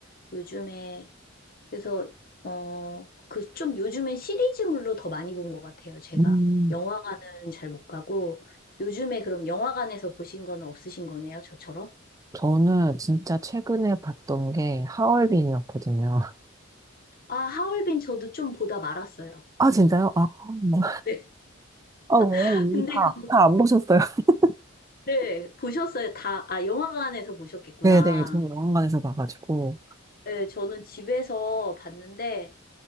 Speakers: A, on the left (about 45°); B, on the right (about 15°).
A: 요즘에 그래서 어, 그 좀 요즘에 시리즈물로 더 많이 본 것 같아요, 제가.
B: 음,
A: 영화관은 잘 못 가고 요즘에 그럼 영화관에서 보신 거는 없으신 거네요, 저처럼?
B: 저는 진짜 최근에 봤던 게 하얼빈이었거든요. <laughs>
A: 아, 하얼빈 저도 좀 보다 말았어요.
B: 아, 진짜요? 아, 뭐.
A: 네.
B: 아, 왜요?
A: <laughs> 근데
B: 다,
A: 그
B: 다 안 보셨어요? <laughs>
A: 네, 보셨어요. 다, 아, 영화관에서 보셨겠구나.
B: 네네, 저는 영화관에서 봐가지고.
A: 네, 저는 집에서 봤는데